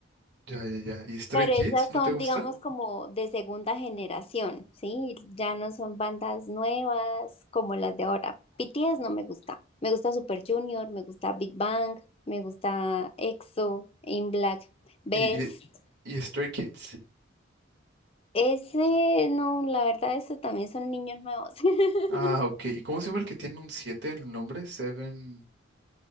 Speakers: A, on the right (about 55°); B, on the left (about 30°).
A: ya, ya, ya. ¿Y Stray
B: Pero
A: Kids?
B: esas
A: ¿No
B: son,
A: te gusta?
B: digamos, como de segunda generación, ¿sí? Ya no son bandas nuevas como las de ahora. BTS no me gusta. Me gusta Super Junior, me gusta Big Bang, me gusta EXO, In Black, Best.
A: ¿Y, y, y Stray Kids?
B: Ese, no, la verdad, eso también son niños nuevos. <laughs>
A: Ah, ok. ¿Y cómo se llama el que tiene un 7 en el nombre? Seven.